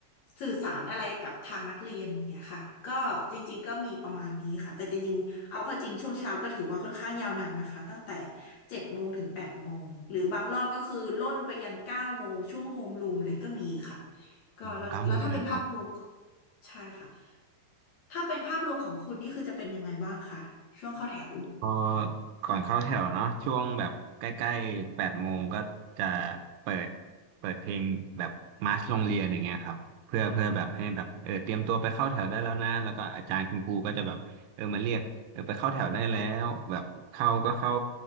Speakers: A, on the left; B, on the right.
A: สื่อสารอะไรกับทางนักเรียนอย่างเนี่ยค่ะก็จริงๆก็มีประมาณนี้ค่ะแต่จริงๆเอาเข้าจริงช่วงเช้าก็ถือว่าค่อนข้างยาวนานนะคะตั้งแต่เจ็ดโมงถึงแปดโมงหรือบางรอบก็คือล่นไปยันเก้าโมงช่วงโฮมรูมเลยก็มีค่ะ ก็แล้วแล้วถ้าเป็นภาพรวม
B: อืมเก้าโมงนะครับ
A: ใช่ค่ะถ้าเป็นภาพรวมของคุณนี่คือจะเป็นยังไงบ้างคะช่วงเข้าแถว
B: พอก่อนเข้าแถวเนาะช่วงแบบใกล้ๆแปดโมงก็จะเปิดเปิดเพลงแบบมาร์ชโรงเรียนอย่างเงี้ยครับเพื่อเพื่อแบบให้แบบเออเตรียมตัวไปเข้าแถวได้แล้วนะแล้วก็อาจารย์คุณครูก็จะแบบเออมาเรียกเออไปเข้าแถวได้แล้วแบบเข้าก็เข้า